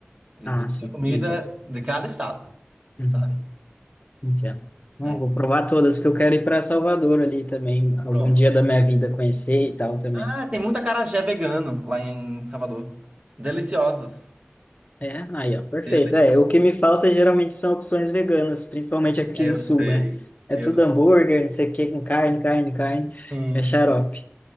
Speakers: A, on the right; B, on the left.
A: Existe
B: Ah, sim,
A: uma
B: entendi.
A: comida de cada estado.
B: Uhum.
A: Sabe?
B: Entendo. Bom,
A: É.
B: vou provar todas, porque eu quero ir para Salvador ali também, algum
A: Pronto.
B: dia da minha vida conhecer e tal também.
A: Ah, tem muita acarajé vegano lá em Salvador. Deliciosos.
B: É, aí, ó, perfeito.
A: Deliciosos.
B: É, o que me falta geralmente são opções veganas, principalmente aqui
A: Eu
B: no sul,
A: sei.
B: né? É
A: Eu
B: tudo hambúrguer, não sei o que, com carne, carne, carne.
A: sim.
B: É xarope.